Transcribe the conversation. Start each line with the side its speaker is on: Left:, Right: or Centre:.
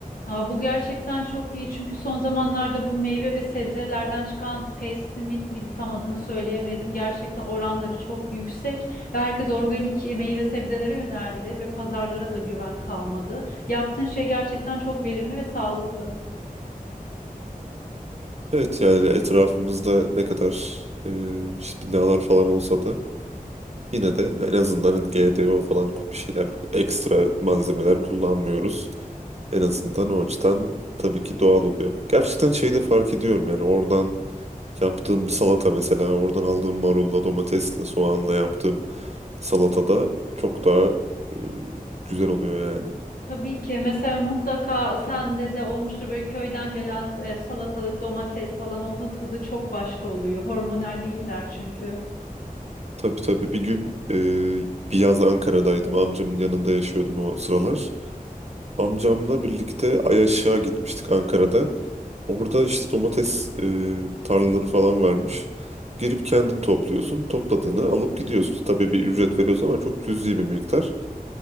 Left: Aa, bu gerçekten çok iyi çünkü son zamanlarda bu meyve ve sebzelerden çıkan Pestimit miydi tam adını söyleyemedim. Gerçekten oranları çok yüksek ve herkes organik e, meyve sebzelere yöneldi ve pazarlara da güven kalmadı. Yaptığın şey gerçekten çok verimli ve sağlıklı.
Right: Evet yani etrafımızda ne kadar e, işte binalar falan olsa da yine de en azından hani GDO falan bir şeyler ekstra malzemeler kullanmıyoruz. En azından o açıdan tabii ki doğal oluyor. Gerçekten şeyi de fark ediyorum yani oradan yaptığım bir salata mesela oradan aldığım marulla, domatesle, soğanla yaptığım salatada çok daha e, güzel oluyor yani.
Left: Tabii ki mesela mutlaka sende de olmuştur böyle köyden gelen e, salatalık, domates falan onun tadı çok başka oluyor. Hormonal değiller çünkü.
Right: Tabii tabii bir gün e, bir yaz Ankara'daydım. Amcamın yanında yaşıyordum o sıralar. Amcamla birlikte Ayaşık'a gitmiştik Ankara'da. Orada işte domates e, tarlaları falan varmış. Girip kendin topluyorsun. Topladığını alıp gidiyorsun. Tabii bir ücret veriyorsun ama çok cüzi bir miktar.